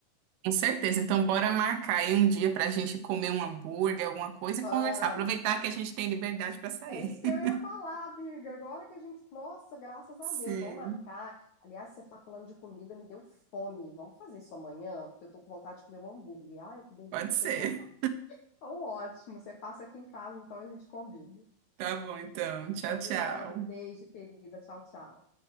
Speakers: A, on the right (about 85°); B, on the left (about 70°).
A: com certeza. Então, bora marcar aí um dia para a gente comer um hambúrguer, alguma coisa
B: Vamos!
A: e conversar. Aproveitar que a gente tem liberdade para sair.
B: É isso que
A: <laughs>
B: eu ia falar, Birga. Agora que a gente, nossa, graças
A: Sim,
B: a Deus, vamos marcar. Aliás, você está falando de comida, me deu fome. Vamos fazer isso amanhã, porque eu tô com vontade de comer um hambúrguer. Ai, que delícia.
A: pode ser.
B: <laughs> Então, ótimo. Você passa aqui em casa, então a gente combina.
A: Tá bom, então. Tchau,
B: Combinado.
A: tchau.
B: Beijo, querida. Tchau, tchau.